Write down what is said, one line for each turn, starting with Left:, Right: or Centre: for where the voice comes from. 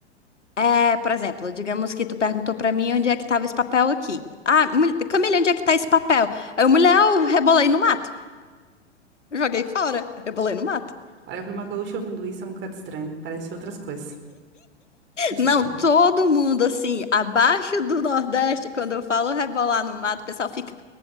Left: É, por exemplo, digamos que tu perguntou pra mim onde é que tava esse papel aqui. Ah, mul- Camila, onde é que tá esse papel? Aí Eu, mulher, eu rebolei no mato. Joguei fora, rebolei no mato.
Right: Olha, pra uma gaúcha ouvindo isso é um bocado estranho. Parece outras coisas. Mas
Left: Não,
Right: pronto.
Left: todo
Right: Um
Left: mundo assim, abaixo do Nordeste, quando eu falo rebolar no mato, o pessoal fica,